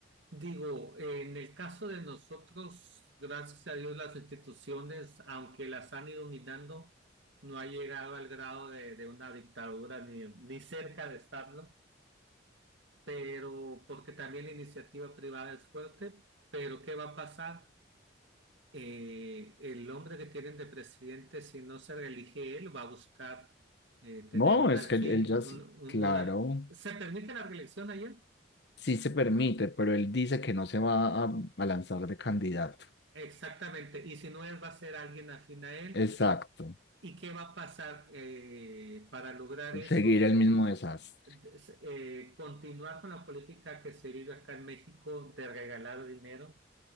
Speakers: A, on the right; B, on the left.
A: Digo, en el caso de nosotros, gracias a Dios, las instituciones, aunque las han ido minando, no ha llegado al grado de, de una dictadura ni, ni cerca de estarlo. pero porque también la iniciativa privada es fuerte, pero ¿qué va a pasar? Eh, el hombre que tienen de presidente, si no se reelige él, va a buscar eh, tener
B: No,
A: un
B: es
A: alfil,
B: que él ya, s-
A: un, un-
B: claro,
A: una... ¿Se permite la reelección ayer?
B: sí se permite, pero él dice que no se va a, a lanzar de candidato.
A: Exactamente, y si no él, va a ser alguien afín a él.
B: Exacto,
A: ¿Y qué va a pasar eh, para lograr eso?
B: seguir el mismo desastre.
A: eh, continuar con la política que se vive acá en México de regalar dinero